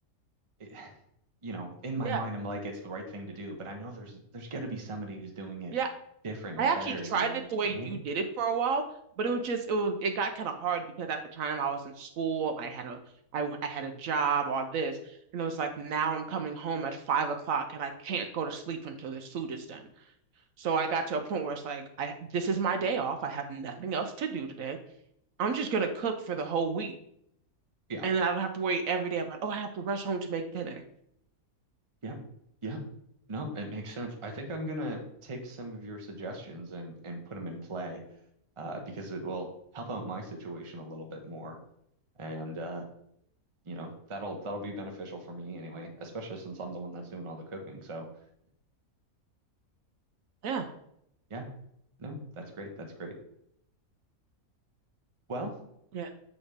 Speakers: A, on the right (about 25°); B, on the right (about 70°).
A: it, <sighs> you know, in my
B: Yeah.
A: mind, I'm like it's the right thing to do, but I know there's there's got to be somebody who's doing it
B: Yeah,
A: different
B: I
A: or better,
B: actually tried
A: you know
B: it
A: what
B: the way
A: I mean?
B: you did it for a while, but it was just it was it got kind of hard because at the time I was in school, I had a I, w- I had a job or this, and it was like now I'm coming home at five o'clock and I can't go to sleep until this food is done. So I got to a point where it's like I this is my day off. I have nothing else to do today. I'm just gonna cook for the whole week,
A: Yeah,
B: and then I don't have to worry every day about oh I have to rush home to make dinner.
A: yeah, yeah. No, it makes sense. I think I'm gonna take some of your suggestions and and put them in play. uh, because it will help out my situation a little bit more. And uh, you know, that'll that'll be beneficial for me anyway, especially since I'm the one that's doing all the cooking. So
B: Yeah,
A: yeah, no, that's great. That's great. Well,
B: yeah,